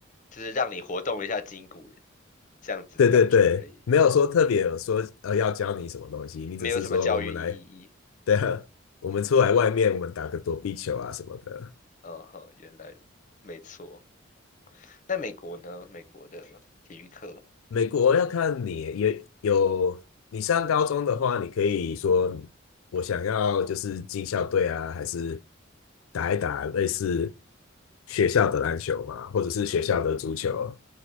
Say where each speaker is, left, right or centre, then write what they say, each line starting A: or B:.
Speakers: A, on the left (about 40°); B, on the left (about 80°).
A: 就是让你活动一下筋骨这样子的感觉而已，
B: 对对对，没有说特别有说呃要教你什么东西，你只是说我们来，
A: 没有什么教育意义。
B: 对啊，我们出来外面，
A: 嗯，
B: 我们打个躲避球啊什么的。
A: 嗯哼，原来如没错。那美国呢？美国的体育课，
B: 美国要看你也有，你上高中的话，你可以说我想要就是进校队啊，还是打一打类似学校的篮球嘛，或者是学校的足球，
A: 嗯哼哼，